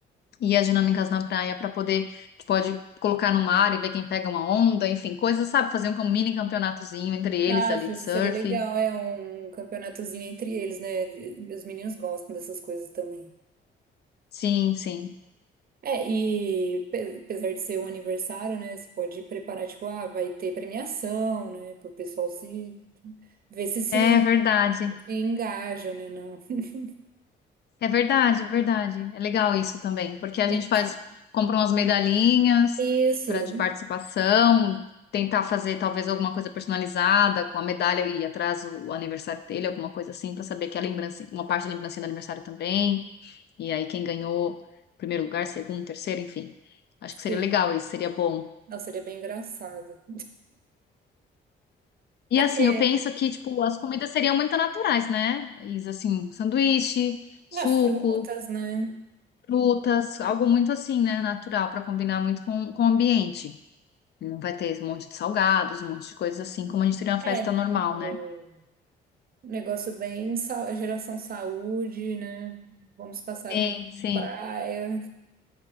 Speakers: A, on the left; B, on the right.
A: e as dinâmicas na praia para poder, tu pode colocar no mar e ver quem pega uma onda, enfim, coisas, sabe? Fazer um mini campeonatozinho entre eles
B: Nossa,
A: ali de
B: isso
A: surf.
B: seria legal, é um campeonatozinho entre eles, né? Os meninos gostam dessas coisas também.
A: Sim, sim.
B: É, e pe- apesar de ser um aniversário, né, você pode preparar, tipo, ah, vai ter premiação, né, pro pessoal se, ver se se,
A: É verdade.
B: se engaja, né, não. <laughs>
A: É verdade, é verdade. É legal isso também, porque a
B: Negócio
A: gente faz,
B: assim.
A: compra umas medalhinhas
B: Isso,
A: para de participação, tentar fazer talvez alguma coisa personalizada com a medalha e atrás o, o aniversário dele, alguma coisa assim, para saber que a lembrança, uma parte da lembrancinha do aniversário também. E aí quem ganhou primeiro lugar, segundo, terceiro, enfim. Acho
B: sim.
A: que seria legal isso, seria bom.
B: Nossa, seria bem engraçado.
A: E assim,
B: É porque,
A: eu penso que tipo as comidas seriam muito naturais, né? Isso assim, sanduíche, suco
B: ah, frutas, né,
A: frutas, algo muito assim, né? Natural, para combinar muito com, com o ambiente. Não vai ter um monte de salgados, um monte de coisas assim, como a gente teria uma
B: é,
A: festa
B: não,
A: normal, né?
B: é um negócio bem, sa- geração saúde, né, vamos passar
A: Sim,
B: um dia
A: sim.
B: na praia,